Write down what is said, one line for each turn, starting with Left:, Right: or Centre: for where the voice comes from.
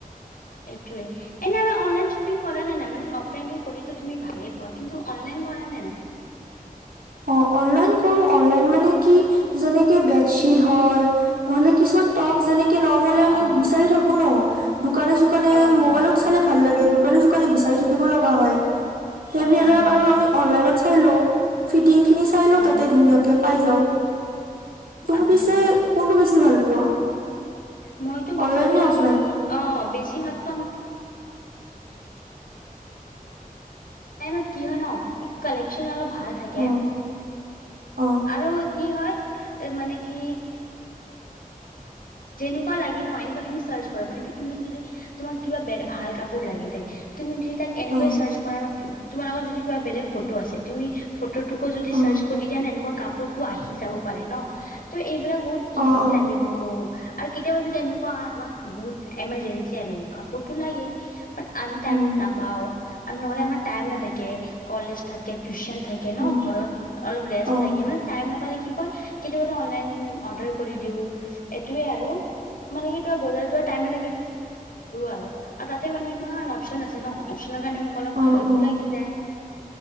Left: এইটোৱে এনে আৰু অনলাইন শ্বপিং কৰা নে নাই মানে অফলাইনটো কৰিতো তুমি ভালেই পোৱা কিন্তু অনলাইন কৰা নে নাই।
Right: অ অনলাইন কৰো অনলাইন মানে কি যেনেকে বেডশ্বীট হল মানে কিছুমান টপ যেনেকে নৰ্মেলি
Left: অ
Right: আমি
Left: অ
Right: বিচাৰি থাকো ন দোকান চোকানে
Left: অ অ
Right: মোবাইলত চালে ভাল লাগে দোকানী চুকানে বিচাৰি থাকিব লগা হয় সেইবিলাক
Left: অ অ
Right: আৰু আমি অনলাইনত চাই লওঁক ফিটিং খিনি চাই লওঁ
Left: অ
Right: তাতে ধুনীয়াকে পাই যাও তুমি
Left: আচ্ছা
Right: পিছে কোনটু বেছি কি ভাল পোৱা
Left: মইতো বেছি
Right: অনলাইন নে অফলাইন?
Left: অ বেছি বৃহত্তম মেইন কি হয় ন কালেকশ্যন অলপ ভাল ভাল থাকে
Right: অ, অ,
Left: আৰু কি হয় এ মানে কি যেনেকুৱা লাগে ন এনেকুৱা তুমি চাৰ্চ কৰা মানে কি তুমি যদি তোমাক কিবা ব ভাল কাপোৰ লাগে তে তুমি য তাক এনেকুৱে
Right: অ,
Left: চাৰ্চ কৰা ন তোমাৰ লগত যদি কিবা বেলেগ ফটো আছে তুমি ফটো তোক যদি
Right: অ,
Left: চাৰ্চ কৰি দিয় এনেকুৱা কাপো টো আহি যাব পাৰে ন ত এইবিলাক বহুত
Right: অ,
Left: ইজি
Right: অ,
Left: লাগে মোক আৰু কেতিয়াবা যদি এনেকুৱা হয় আমাক বহুত এমাৰজেঞ্চি আৰু কাপোৰতটো লাগে ব আমি টাইমোত
Right: উম,
Left: নাপাওঁ আৰু নহলে আমাৰ টাইম নাথাকে কলেজ থাকে টিউচন থাকে ন
Right: অ,
Left: ঘৰত অলপ ৰেষ্ট
Right: অ,
Left: লাগে মানে টাইম নাপালে কি কেতিয়াবা অনলাইন অৰ্ডাৰ কৰি দিওঁ এইটোৱেই আৰু মানে কি বজাৰ টাইম আৰু তাতে মানে ইমান অপ্চন আছে ন অ না কাৰণে মোক অলপ
Right: অ,
Left: ভাল
Right: অ।
Left: লাগি যায়